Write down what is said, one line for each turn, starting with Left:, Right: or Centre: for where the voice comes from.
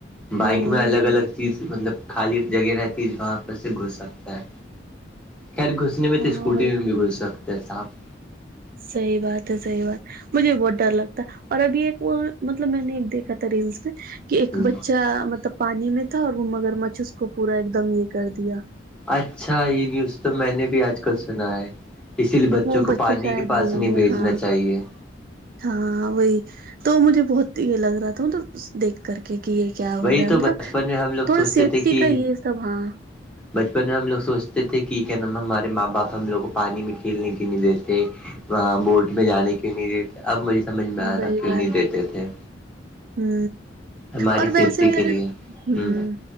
Centre: بائک
Right: ہوں
Centre: میں الگ الگ چیز مطلب خالی جگہ رہتی ہے وہاں پر سے گھس سکتا ہے خیر گھس اس میں
Right: ہاں
Centre: تو اسکوٹی
Right: وہی
Centre: میں بھی گھز سکتا ہے سانپ
Right: سحی بات ہے سحی بات مجھے بہت ڈر لگتا اور ابھی ایک وہ مطلب میں نے ایک دیکھا تھا ریلس میں کہ ایک
Centre: ہ
Right: بچہ مطلب پانی میں تھا اور وہ مگر مچھ اس کو پورا ایک دم یہ کر دیا
Centre: اچھا یہ نیوز تو میں نے بھی آج کل سنا ہے اسی لیے بچوں
Right: وہ
Centre: کو
Right: بچہ
Centre: پانی
Right: شاید
Centre: کے پاس
Right: یہ
Centre: نہیں
Right: ہو گیا
Centre: بھیجنا
Right: ہاں
Centre: چاہیے
Right: ہاں وہی تو مجھے بہت یہ لگ رہا تھا مطلب دیکھ کر کے کہ یہ کیا ہو
Centre: وہی
Right: رہا ہے
Centre: تو
Right: مطلب
Centre: بچپن میں ہم لوگ
Right: تھوڑا
Centre: سوچتے
Right: سیفٹی
Centre: تھے کہ
Right: کا یہ سب ہاں
Centre: بچپن میں ہم لوگ سوچتے تھے کہ کیا ن ہمارے ماں باپ ہم لوگ کو پانی میں کھیلنے کے نہیں دیتےے وہاں بوٹ میں جانے کیوں نہیں دیتے اب مجھے سمجھ میں آ
Right: وہی
Centre: رہا کیوں نہیں دیتے تھے
Right: ہ
Centre: ہماری
Right: اور ویسے
Centre: سیفٹی
Right: بھی
Centre: کے
Right: اگر
Centre: لیے
Right: ہوں
Centre: ہ